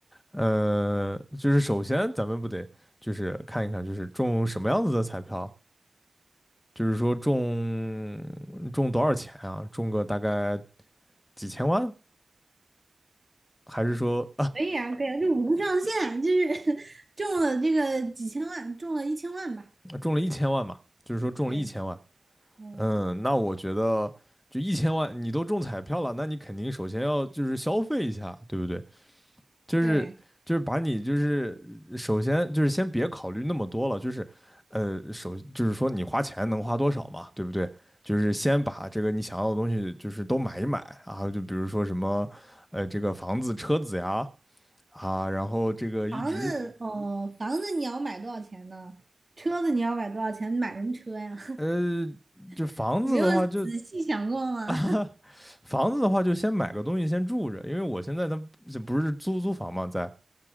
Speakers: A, on the left; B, on the right.
A: 呃，就是首先咱们不得就是看一看，就是中什么样子的彩票，就是说中中多少钱啊？中个大概几千万，还是说
B: 啊，对啊，就无上限，就是 <laughs> 中了这个几千万，中了一千万吧。
A: <laughs> 中了一千万嘛？就是说中了一千万，
B: 对，嗯，
A: 嗯，那我觉得就一千万，你都中彩票了，那你肯定首先要就是消费一下，对不对？就是就是把你就是呃首先就是先别考虑那么多了，
B: 对，
A: 就是呃首就是说你花钱能花多少嘛，对不对？就是先把这个你想要的东西就是都买一买啊，就比如说什么呃这个房子、车子呀啊，然后这个一直
B: 房子哦，房子你要买多少钱呢？车子你要买多少钱？买什么车呀？
A: 呃就房子的话就
B: <laughs> 你没有仔细想过吗？
A: <laughs> 啊。房子的话，就先买个东西先住着，因为我现在它不是租租房嘛，在，